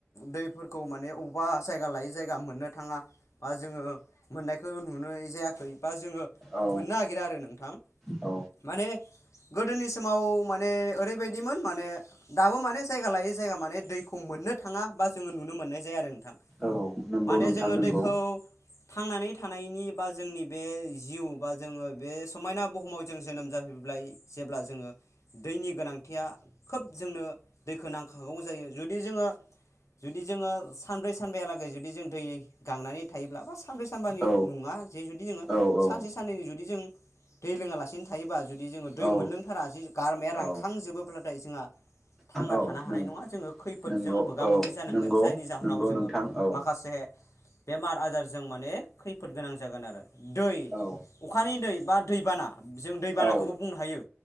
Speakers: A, on the left; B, in the centre.
A: दैफोरखौ माने अबेबा जायगा लायै जायगा मोननो थाङा बा जोङो मोननायखौ नुनाय जायाखै बा जोङो
B: औ
A: मोननो नागिरा आरो नोंथां
B: औ
A: माने गोदोनि समाव माने ओरैबायदिमोन माने दाबो माने जायगा लायै जायगा माने दैखौ मोननो थाङा बा जोङो नुनो मोननाय जाया आरो नोंथां
B: औ नंगौ
A: माने
B: नोंथां
A: जोङो
B: नंगौ
A: दैखौ थांनानै थानायनि बा जोंनि बे जिउ बा जोङो बे समायना बुहुमाव जों जोनोम जाफै जेब्ला जोङो दैनि गोनांथिया खोब जोंनो दैखौ नांखागौ जायो ज जुदि जोङो जुदि जोङो सानब्रै सानबायालागै जुदि जों दै गांनानै थायोब्ला बा सानब्रै सानबानि
B: औ
A: नङा जे जुदि जोङो
B: औ औ
A: सानसे साननैनि जुदि जों दै लोङालासिनो थायोबा जुदि जोङो दै
B: औ
A: मोनलोंथारा जि गारमाया रानखांजोबोब्लाथाय
B: औ
A: जोंहा थांना
B: औ
A: थानो हानाय
B: नों
A: नङा जोङो खैफोदजों
B: नंगौ
A: मोगा
B: औ
A: मोगि जानांगोन
B: नंगौ
A: जायनि जाहोनाव
B: नंगौ
A: जोङो
B: नोंथां औ
A: माखासे बेमार आजारजों माने खैफोद गोनां जागोन आरो दै
B: औ
A: अखानि दै बा दैबाना जों दैबानाखौबो
B: औ
A: बुंनो हायो